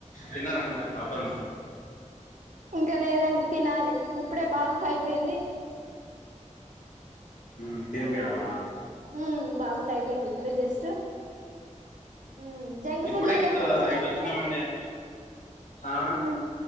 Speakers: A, on the left (about 85°); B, on the right (about 75°).
A: తిన్నారండి మరి ఆఫ్టర్నూన్
B: ఇంకా లేదండి తినాలి, ఇప్పుడే బాబుకి అయిపోయింది.
A: మ్మ్ తినిపియడమా
B: తిన్నాలి హ్మ్మ్ బాబుకు అయిపోయింది ఇప్పుడే జస్ట్, హ్మ్మ్ జంక్
A: ఇప్పుడే
B: ఫుడ్లలో
A: ఇటు
B: ఏమన్నా తిన్
A: ఇటు వచ్చినామండి
B: మీరు
A: ఆ
B: ఉమ్